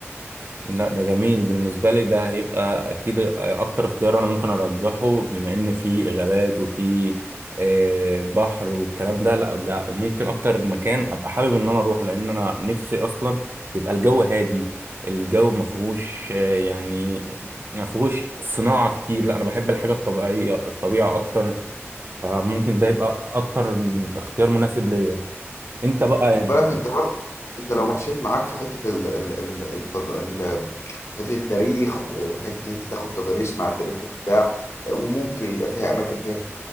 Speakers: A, on the right; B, on the left.
A: لا ده جميل بالنسبة لي ده هيبقى أكيد أكتر اختيار أنا ممكن أرجحه بما إن في غابات وفي آه، بحر والكلام ده لا ده ممكن أكتر مكان أبقى حابب إن أنا أروحه لأن أنا نفسي أصلا يبقى الجو هادي الجو ما فيهوش آه، يعني ما فيهوش صناعة كتير لا أنا بحب الحاجة الطبيعية الطبيعة أكتر فممكن ده يبقى أكتر اختيار مناسب ليا أنت بقى
B: خد
A: يعني
B: بالك انت برضه انت لو مشيت معاك في حته ال ال ال التد... ال حته التاريخ و- وحته ان انت تاخد تداريس مع التاريخ وبتاع وممكن يبقى فيها اماكن فيها